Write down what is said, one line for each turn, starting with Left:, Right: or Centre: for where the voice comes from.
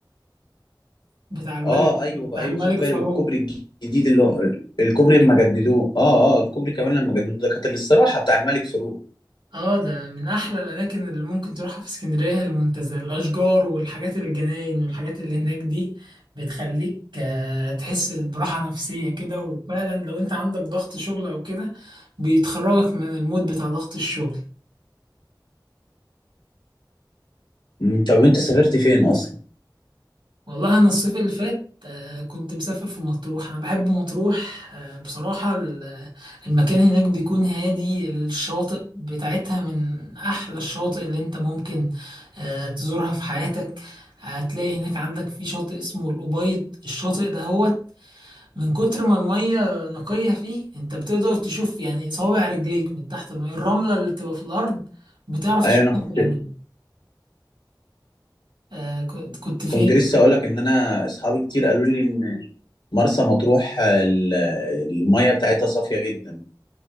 Right: بتاع الملك
Left: اه
Right: بتاع
Left: ايوه ايوه
Right: الملك
Left: خدت
Right: فاروق
Left: بالي والكوبري الجديد اللي هو الكوبري لما جددوه اه اه الكوبري كمان لما جددوه ده كانت الاستراحه بتاع الملك فاروق
Right: اه ده من احلى الاماكن اللي ممكن تروحها في اسكندريه هي المنتزه الاشجار والحاجات الجناين والحاجات اللي هناك دي بتخليك آه، تحس براحه نفسيه كده وفعلا لو انت عندك ضغط شغل او كده بيتخرجك من المود بتاع ضغط الشغل
Left: أمم، طب انت سافرت فين اصلا
Right: والله انا الصيف اللي فات آه، كنت مسافر في مطروح انا بحب مطروح آه، بصراحة ال- المكان هناك بيكون هادي الشواطئ بتاعتها من احلى الشواطئ اللي انت ممكن آه، تزورها في حياتك هتلاقي هناك عندك في شاطئ اسمه الأبيض الشاطئ ده هو من كتر ما المية نقية فيه انت بتقدر تشوف يعني صوابع رجليك من تحت المية الرملة اللي بتبقى في الأرض بتعرف
Left: ايوه
Right: تشوفها
Left: انا كنت
Right: يعني آه، كنت كنت فين
Left: كنت لسه اقول لك ان انا اصحابي كتير قالوا لي ان مرسى مطروح آه، ال- الميه بتاعتها صافيه جدا